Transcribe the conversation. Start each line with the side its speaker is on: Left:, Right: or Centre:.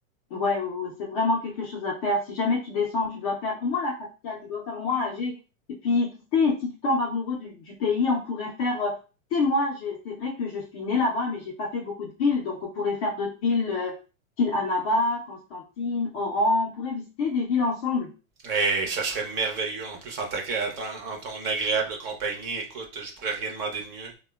Left: Ouais, ouais, ouais, c'est vraiment quelque chose à faire. Si jamais tu descends, tu dois faire au moins la capitale, tu dois faire au moins Alger. Et puis, qui sait, si tu tombes amoureux du, du pays, on pourrait faire. euh, tu sais, moi, je- c'est vrai que je suis née là-bas, mais j'ai pas fait beaucoup de villes. Donc, on pourrait faire d'autres villes, euh, style Annaba, Constantine, Oran. On pourrait visiter des villes ensemble.
Right: Eh, ça serait merveilleux, en plus, en ta, en ton en ton agréable compagnie, écoute, je pourrais rien demander de mieux.